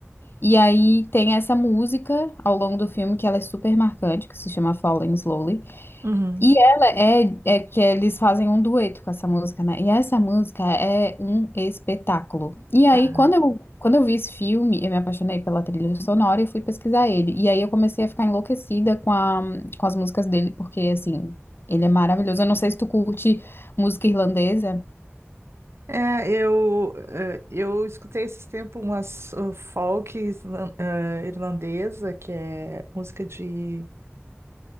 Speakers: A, on the left; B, on the right.
A: E aí tem essa música ao longo do filme que ela é super marcante, que se chama Falling Slowly.
B: uhum,
A: E ela é, é que eles fazem um dueto com essa música, né? E essa música é um espetáculo. E aí,
B: aham.
A: quando eu, quando eu vi esse filme, eu me apaixonei pela trilha sonora e fui pesquisar ele. E aí eu comecei a ficar enlouquecida com a, com as músicas dele, porque assim, ele é maravilhoso. Eu não sei se tu curte música irlandesa.
B: É, eu, eh, eu escutei esses tempos umas uh, folk islan- eh, irlandesa, que é música de